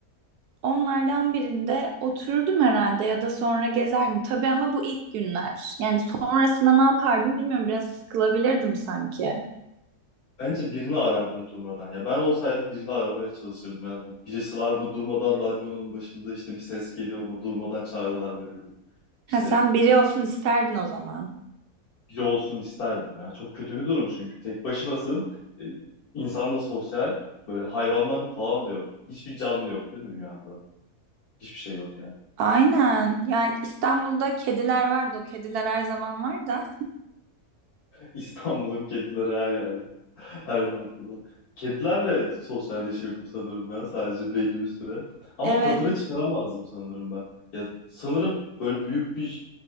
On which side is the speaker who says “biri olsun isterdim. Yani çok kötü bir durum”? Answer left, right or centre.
Left